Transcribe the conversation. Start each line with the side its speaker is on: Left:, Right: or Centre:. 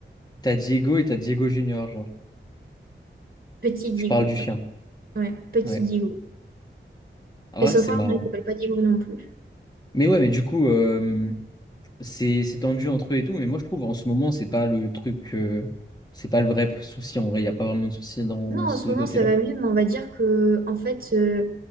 Left: t'as Diego et t'as Diego Junior, genre.
Right: Petit Diego.
Left: Je parle du chien.
Right: Ouais, ouais, Petit
Left: Ouais.
Right: Diego.
Left: Ah
Right: Et
Left: ouais,
Right: son
Left: c'est
Right: frère,
Left: marrant.
Right: non, il s'appelle pas Diego non plus.
Left: Mais ouais, mais du coup, euh, c'est, c'est tendu entre eux et tout, mais moi, je trouve, en ce moment, c'est pas le truc, euh, c'est pas le vrai souci, en vrai. Il n'y a pas vraiment de souci dans,
Right: Non,
Left: dans
Right: en
Left: ce
Right: ce moment,
Left: côté-là.
Right: ça va mieux, mais on va dire que, en fait, euh,